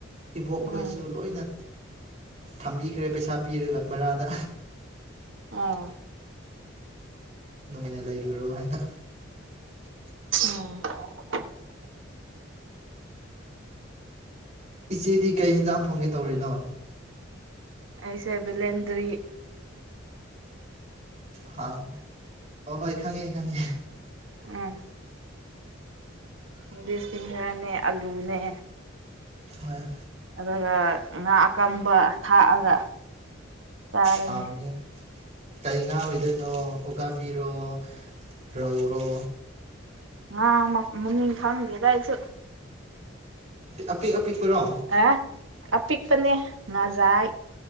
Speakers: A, on the right; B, on the right.
A: ꯏꯕꯣꯛ ꯈꯣꯏꯁꯨ
B: ꯎꯝ
A: ꯂꯣꯏꯅ ꯊꯝꯕꯤꯈ꯭ꯔꯦ ꯄꯩꯥ ꯁꯥ ꯄꯤꯔꯒ ꯕꯔꯥꯗ
B: ꯑꯥ
A: ꯅꯨꯡꯉꯥꯏꯅ ꯂꯩꯔꯨꯔꯣ ꯍꯥꯏꯅ
B: <unintelligible>
A: ꯏꯆꯦꯗꯤ ꯀꯩ ꯍꯦꯟꯖꯥꯡ ꯊꯣꯡꯒꯦ ꯇꯧꯔꯤꯅꯣ
B: ꯑꯩꯁꯦ ꯕꯦꯂꯦꯟꯗꯔꯤ
A: ꯍꯥꯎ ꯍꯣꯏ ꯍꯣꯏ ꯈꯪꯉꯦ ꯈꯪꯉꯦ
B: ꯎꯝ ꯂꯦꯗꯤꯁꯐꯤꯡꯚꯔꯅꯦ ꯑꯂꯨꯅꯦ
A: ꯍꯣꯏ
B: ꯑꯗꯨꯒ ꯉꯥ ꯑꯀꯪꯕ ꯊꯥꯛꯑꯒ ꯆꯥꯔꯅꯤ
A: ꯍꯥꯎꯅꯤ ꯀꯩ ꯉꯥ ꯑꯣꯏꯗꯣꯏꯅꯣ ꯎꯀꯥꯕꯤꯔꯣ ꯔꯧꯔꯣ
B: ꯉꯥ ꯃ ꯃꯃꯤꯡ ꯈꯪꯗꯦꯗ ꯑꯩꯁꯨ
A: ꯑꯄꯤꯛ ꯑꯄꯤꯛꯄꯔꯣ
B: ꯑꯦ ꯑꯄꯤꯛꯄꯅꯦ ꯉꯥꯖꯥꯏ